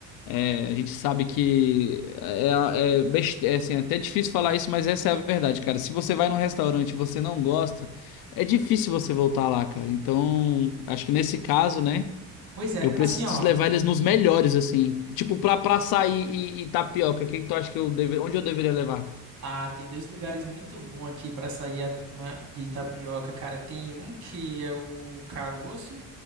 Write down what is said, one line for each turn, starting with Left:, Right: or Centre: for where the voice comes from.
Left: É, a gente sabe que é, é, best- é, assim, é até difícil falar isso, mas essa é a verdade, cara. Se você vai num restaurante e você não gosta, é difícil você voltar lá, cara. Então, acho que nesse caso, né,
Right: Pois é,
Left: eu preciso
Right: assim, ó.
Left: levar eles nos melhores, assim. Tipo, pra, pra açaí e, e tapioca, quem tu acha que eu deve... onde eu deveria levar?
Right: Ah, tem dois lugares muito bons aqui para sair a ma- e tapioca, cara. Tem um que é o Caroço